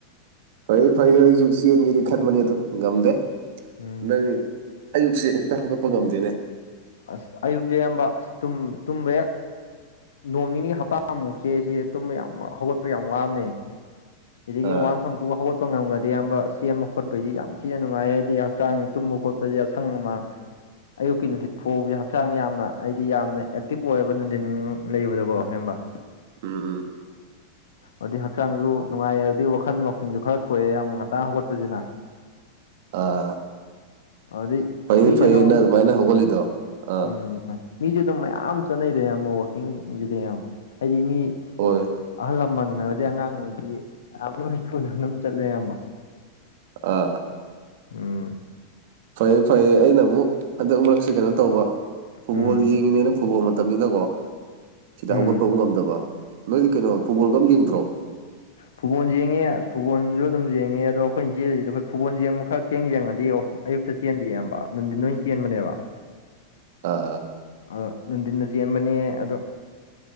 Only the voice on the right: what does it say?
ꯐꯩꯌꯦ ꯐꯩꯌꯦ ꯑꯩꯁꯨ ꯆꯦꯟꯒꯦꯗꯤ ꯈꯟꯕꯅꯦ ꯑꯗꯨ ꯉꯝꯗꯦ
ꯅꯪ ꯑꯌꯨꯛꯁꯦ ꯍꯦꯛꯇ ꯍꯧꯒꯠꯄ ꯉꯝꯗꯦꯅꯦ
ꯑꯥ
ꯎꯝ ꯎꯝ
ꯑꯥ
ꯐꯩꯌꯦ
ꯐꯩꯌꯦ ꯅꯪ ꯑꯗꯨꯃꯥꯏꯅ ꯍꯧꯒꯠꯂꯤꯗꯣ ꯑꯥ
ꯍꯣꯏ
ꯑ
ꯐꯩꯌꯦ ꯐꯩꯌꯦ ꯑꯩꯅ ꯑꯃꯨꯛ ꯍꯟꯗꯛ ꯃꯔꯛꯁꯤꯦ ꯀꯩꯅꯣ ꯇꯧꯕ ꯐꯨꯠꯕꯣꯜ
ꯌꯦꯡꯉꯤꯅꯦꯅ ꯐꯨꯠꯕꯣꯜ ꯅꯤꯅꯀꯣ ꯁꯤꯗ
ꯍꯧꯒꯠꯄ ꯉꯝꯗꯕ ꯅꯣꯏꯗꯤ ꯀꯩꯅꯣ ꯐꯨꯠꯕꯣꯜꯒ ꯑꯃ ꯌꯦꯡꯗ꯭ꯔꯣ
ꯑꯥ